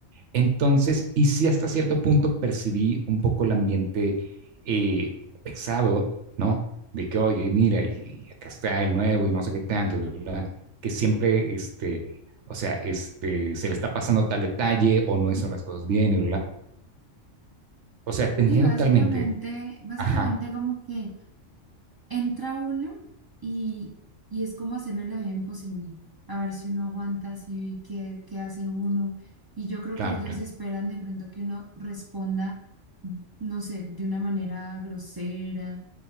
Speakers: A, on the right; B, on the right.
A: Entonces, y sí hasta cierto punto percibí un poco el ambiente eh, pesado, ¿no? De que, oye, y mira, y acá está el nuevo y no sé qué tanto, bla, que siempre, este, o sea, este, se le está pasando tal detalle o no hizo las cosas bien y O sea, te entiendo
B: Sí, básicamente,
A: totalmente.
B: básicamente
A: Ajá,
B: como que... entra uno y, y es como hacerle la vida imposible, a ver si uno aguanta, si qué, qué hace uno. Y yo creo
A: claro,
B: que ellos
A: claro.
B: esperan de pronto que uno responda, no sé, de una manera grosera.